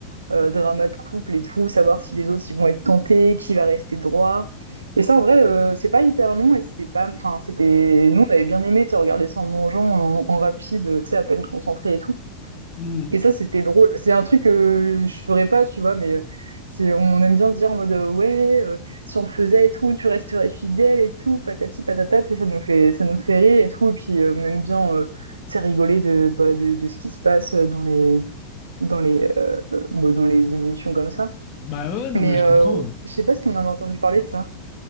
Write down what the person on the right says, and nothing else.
euh, drama de couple et tout, savoir si les autres ils vont être tentés, qui va rester droit. Et ça en vrai, euh, c'est pas hyper long et c'était pas, enfin c'était, nous on avait bien aimé, tu sais, regarder ça en mangeant, en, en rapide, tu sais à peine concentré et tout.
Et ça c'était drôle. C'est un truc que je ferais pas, tu vois, mais euh, c'est, on aime bien se dire en mode euh, ouais, euh, si on le faisait et tout, tu resterais fidèle et tout, patati patata, tu sais, ça nous fait, ça nous fait rire et tout. Et puis euh, on aime bien, euh, tu sais, rigoler de, bah, de, de ce qui se passe dans les dans les, euh, bon, dans les émissions comme ça.
Mais
euh,
je sais pas si on avait entendu parler de ça.